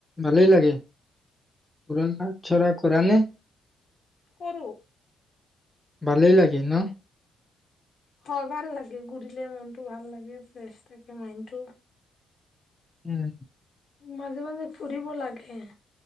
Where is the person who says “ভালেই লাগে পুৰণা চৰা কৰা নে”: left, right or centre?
Centre